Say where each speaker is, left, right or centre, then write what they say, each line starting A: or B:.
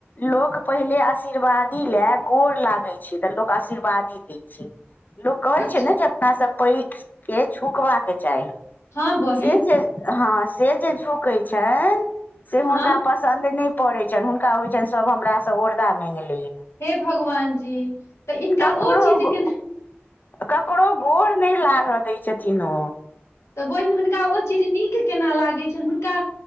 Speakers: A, on the left (about 45°); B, on the left (about 80°).
A: लोक पहिले आशीर्वादी ले गोर लागे छै तऽ लोक आशीर्वादी दै छै लोक कहै
B: अच्छा
A: छै ने जे अपना सब पैघ के झुकबाक चाही
B: हँ बहिन
A: से जे हँ से जे झुकै छनि से हुनका
B: हँ
A: प सन्द नहि परै छैन हुनका होइ छैन सभ हमरा से ओरदा मेंगलेत
B: हे भगवान जी तऽ इनका
A: ककरो
B: ओ चीज केना
A: ककरो गोर नहि लाऽग दै छथिन ओ
B: तऽ बहिन हुनका ओ चीज नीक केना लागैत छनि हुनका